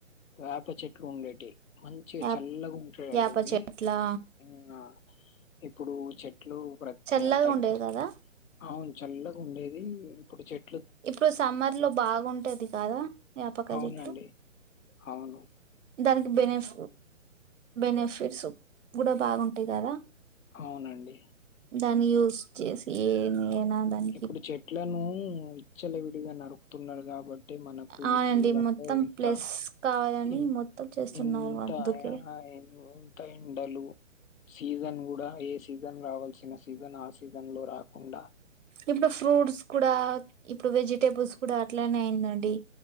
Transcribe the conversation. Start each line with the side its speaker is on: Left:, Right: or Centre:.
Left: వేప చెట్లు ఉండేటివి మంచిగా
Right: యా
Left: చల్లగా ఉంటాయండి
Right: యాప
Left: అవి
Right: చెట్లా
Left: ఉమ్ ఇప్పుడు చెట్లు ప్ర
Right: చల్లగా
Left: తగ్గి
Right: ఉండేది కదా
Left: అవును చల్లగా ఉండేది ఇప్పుడు చెట్
Right: ఇప్పుడు సమ్మర్ లో బాగుంటేది కాదా వేపకయ
Left: అవునండి
Right: చెట్లు
Left: అవును
Right: దానికి బెనిఫ బెనిఫిట్స్ కూడా బాగుంటాయి కదా
Left: అవునండి
Right: దాన్ని యూస్ చేసి ఏమి ఏనా దానికి
Left: ఇప్పుడు చెట్లనూ విచ్చలవిడిగా నరుకుతున్నారు కాబ టే మనకు
Right: అవునండి
Left: ఈ సీజన్
Right: మొత్తం
Left: లో ఇంత
Right: ప్లస్ కావాలని
Left: ఇన్
Right: మొత్తం చేస్తున్నారు
Left: ఇంతా
Right: అందుకే
Left: ఇంత ఎండలు సీజన్ గుడా ఏ సీజన్ రావాల్సిన సీజన్ ఆ సీజన్లో రాకుండా
Right: ఇప్పుడు ఫ్రూట్స్ కూడా ఇప్పుడు వెజిటేబుల్స్ కూడా అట్లానే అయిందండి